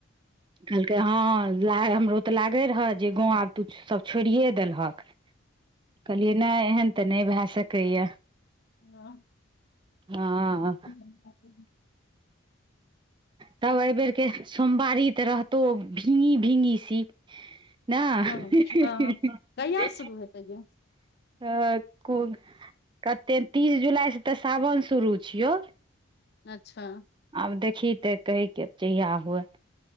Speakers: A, on the right; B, on the left.
A: कहलकै हँ ला हमरो तऽ लागै रहए जे गाँव आब तू सभ छोड़िए देलहक कहलियै नहि एहन तऽ नहि भए सकैया
B: हँ
A: हँ
B: <inaudible> <inaudible>
A: तब एहि बेेर के सोमवारी तऽ रहतौ भिंगी भिंगी सी ना ही
B: हँ
A: ही ही
B: कहिया
A: ही
B: शुरू हेतै यै
A: ह कुकतेक तीस जुलाइसँ तऽ सावन शुरू छियौ
B: अच्छा
A: आब देखही तऽ कहैके जहिया हुए